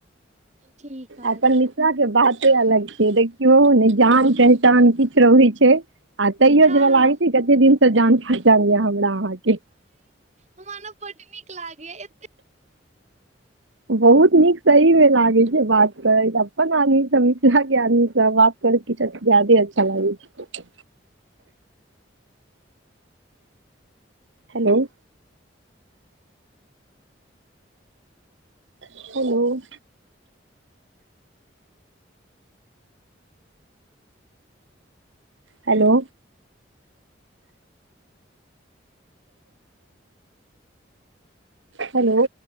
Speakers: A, on the right; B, on the right.
A: ठीक आओर
B: अपन मिथ मिथिला के बाते अलग छै देखियौ ने जान पहचान किछ रहै छै आ तैयो
A: हँ
B: जेना लागैत
A: हँ
B: छै कते दिन से जान पहचान ये हमरा अहाँके।
A: हमा ना बड नीक लागै या एते
B: बहुत नीक सही मे लागे छै बात करेत अपन आदमी सब मिथिला के आदमी सब बात कुछ जादे अच्छा लागै छै। हेलोउ। हेलो। हेलो। हेलो।